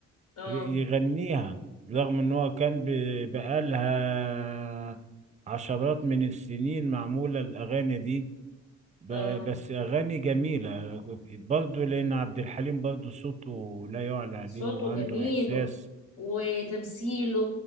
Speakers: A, on the left (about 60°); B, on the right (about 25°).
A: اه
B: ي- يغنيها رغم ان هو كان ب- بقالها عشرات من السنين معمولة الأغاني دي ب-
A: اه
B: بس أغاني جميلة برضه لأن عبد الحليم برضه صوته لا يعلى عليه
A: صوته
B: وعنده
A: جميل
B: إحساس
A: وتمثيله